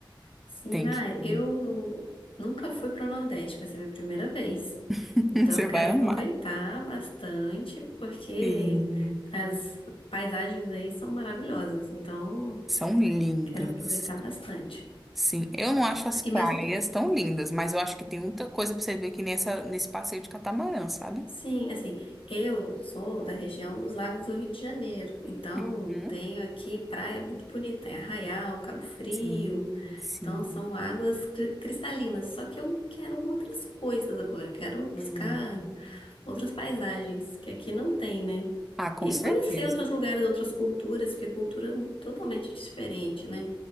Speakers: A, on the left (about 90°); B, in the centre.
A: Sim,
B: Tem
A: ah,
B: que ir.
A: eu nunca fui para o Nordeste, vai ser minha primeira vez.
B: <laughs>
A: Então
B: Você
A: eu quero
B: vai
A: aproveitar
B: amar.
A: bastante, porque
B: Sim,
A: as paisagens aí são maravilhosas. Então
B: são lindas.
A: quero aproveitar bastante.
B: Sim, eu não acho as praias
A: E mais o que?
B: tão lindas, mas eu acho que tem muita coisa pra você ver que nessa, nesse passeio de catamarã, sabe?
A: Sim, assim, eu sou da região dos Lagos do Rio de Janeiro, então
B: Uhum.
A: tenho aqui praia muito bonita, é Arraial, Cabo Frio,
B: Sim, sim.
A: então são águas cri- cristalinas. Só que eu quero outras coisas agora, eu quero buscar
B: Uhum.
A: outras paisagens, que aqui não tem, né?
B: Ah, com
A: E
B: certeza.
A: conhecer outros lugares, outras culturas, porque cultura é totalmente diferente, né?